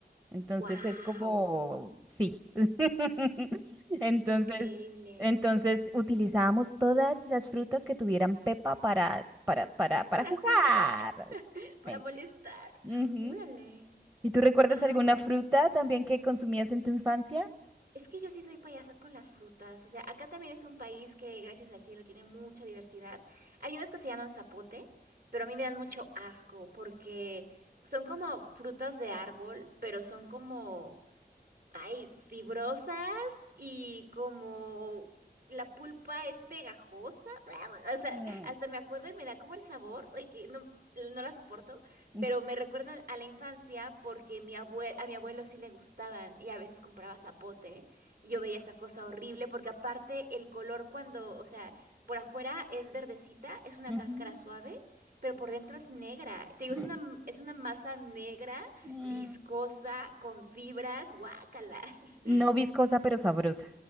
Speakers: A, on the right; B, on the right.
A: Entonces
B: Wow.
A: es como, sí. <laughs> Entonces,
B: Increíble.
A: entonces utilizábamos todas las frutas que tuvieran pepa para, para, para, para
B: para
A: jugar.
B: jugar, <laughs>
A: Exactamente.
B: para molestar.
A: Ujú.
B: Órale,
A: ¿Y tú recuerdas
B: wow.
A: alguna fruta también que consumías en tu infancia?
B: Es que yo sí soy payasa con las frutas. O sea, acá también es un país que, gracias al cielo, tiene mucha diversidad. Hay unas que se llaman zapote, pero a mí me dan mucho asco porque son como frutas de árbol, pero son como ay, fibrosas y como la pulpa es pegajosa. <laughs> Hasta,
A: Mm,
B: hasta me acuerdo y me da como el sabor, ay, que no, no la soporto,
A: mm,
B: pero me recuerdan a la infancia porque mi abue- a mi abuelo sí le gustaban y a veces compraba zapote y yo veía esa cosa horrible porque aparte el color cuando, o sea, por afuera es verdecita, es una
A: ujú.
B: cáscara suave, pero por dentro es negra. Te digo,
A: <clears throat>
B: es una, es una masa negra
A: Mm.
B: viscosa, con fibras, guácala. <laughs>
A: No viscosa, pero sabrosa.